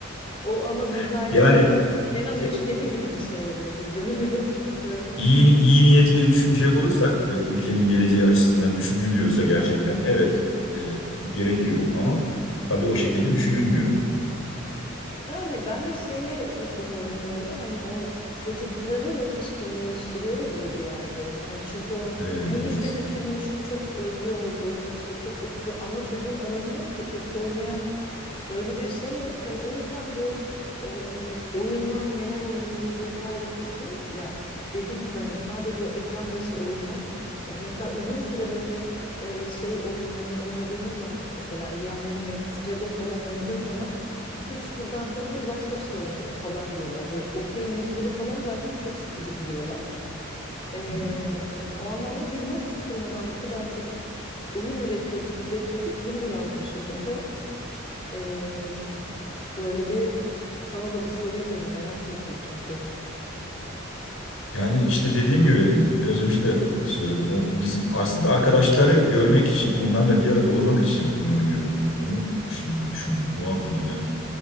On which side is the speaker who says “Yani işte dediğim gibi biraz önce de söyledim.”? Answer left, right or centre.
Left